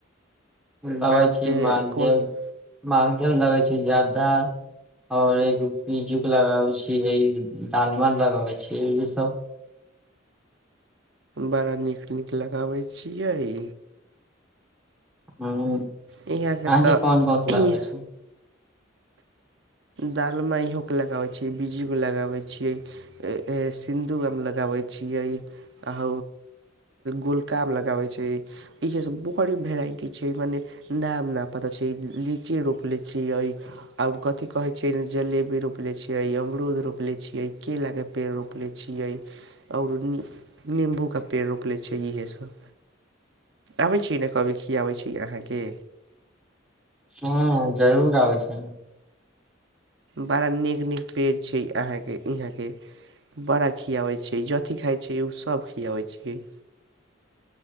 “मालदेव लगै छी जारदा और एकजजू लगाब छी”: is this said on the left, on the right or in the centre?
Centre